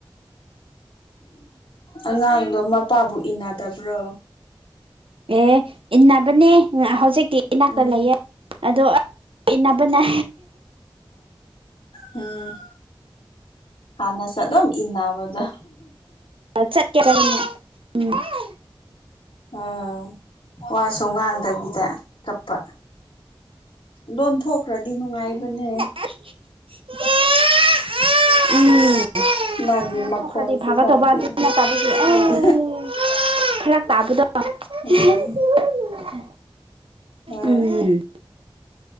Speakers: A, on the left; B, on the right.
A: ꯑꯉꯥꯡꯗꯣ ꯃꯄꯥꯕꯨ ꯏꯟꯅꯗꯕ꯭ꯔꯣ
B: ꯑꯦ ꯏꯟꯅꯕꯅꯦ ꯍꯧꯖꯤꯛꯇꯤ ꯏꯅꯥꯛꯇ
A: ꯎꯝ
B: ꯂꯩꯌꯦ ꯑꯗꯣ ꯢꯟꯅꯕꯅꯦ
A: ꯎꯝ ꯍꯥꯟꯅꯁꯨ ꯑꯗꯨꯝ ꯏꯟꯅꯕꯗꯣ
B: ꯆꯠ ꯎꯝ <inaudible>
A: ꯎꯝ ꯋꯥꯁꯨ ꯉꯥꯡꯗꯕꯤꯗ ꯀꯞꯄ ꯂꯣꯟꯊꯣꯛꯈ꯭ꯔꯗꯤ ꯅꯨꯡꯉꯥꯏꯕꯅꯦ
B: ꯎꯝ <inaudible>
A: ꯃꯥꯒꯤ ꯃꯈꯣꯟꯁꯤ
B: <inaudible>
A: ꯐꯥꯎꯗꯤ ꯎꯝ
B: ꯐꯔꯥꯛ ꯇꯥꯕꯗꯣ
A: ꯎꯝ ꯍꯣꯢ
B: ꯎꯝ